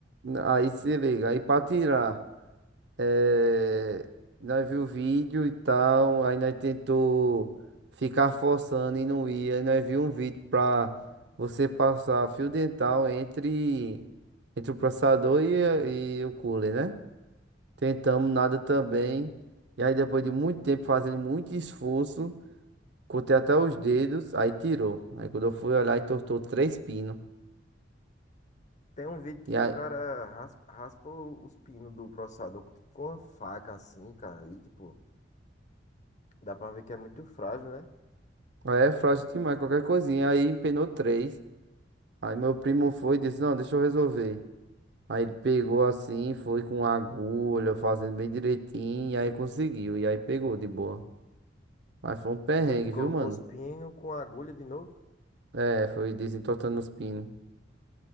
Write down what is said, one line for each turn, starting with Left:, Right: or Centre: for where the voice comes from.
Right: aí se liga, aí pra tirar. É, nós viu o vídeo e tal, aí nós tentou ficar forçando e não ia. Aí nós viu um vídeo pra você passar fio dental entre, entre o processador e, e o cooler, né? Tentamos nada também. E aí depois de muito tempo fazendo muito esforço. Contei até os dedos, aí tirou. Aí quando eu fui olhar, entortou três pinos.
Left: Tem um vídeo que
Right: E aí,
Left: o cara raspa, raspa os pinos do processador com tipo, com uma faca assim, cara. E tipo, dá pra ver que é muito frágil, né?
Right: aí é frágil demais, qualquer coisinha. Aí empenou três. Aí meu primo foi e disse, não, deixa eu resolver. Aí ele pegou assim, foi com agulha, fazendo bem direitinho, e aí conseguiu. E aí pegou de boa. Mas foi um perrengue,
Left: Ele colocou
Right: viu, mano?
Left: os pinos com a agulha de novo.
Right: É, foi desentortando os pinos.